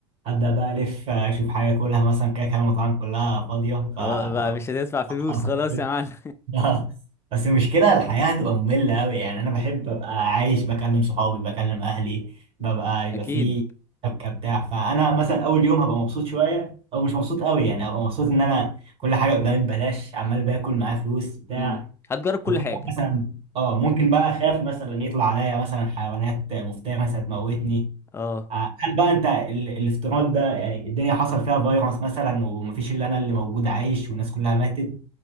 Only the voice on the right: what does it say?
ابدا بقى الف آه، اشوف حاجه اكلها مثلا كده كده المطاعم كلها فاضيه ف
<laughs>
<laughs> آه. بس المشكلة الحياة هتبقى مملة أوي يعني أنا بحب أبقى عايش بكلم صحابي بكلم أهلي ببقى
يبقى
في شبكة بتاع فأنا مثلا أول يوم هبقى مبسوط شوية أو مش مبسوط أوي يعني هبقى مبسوط إن أنا كل حاجة قدامي ببلاش عمال باكل معايا فلوس بتاع
وفجأة
مثلا أه ممكن بقى أخاف مثلا يطلع عليا مثلا حيوانات مفترسة مثلا تموتني
آه، هل بقى أنت ال- الافتراض ده يعني الدنيا حصل فيها فيروس مثلا ومفيش إلا أنا اللي موجود عايش والناس كلها ماتت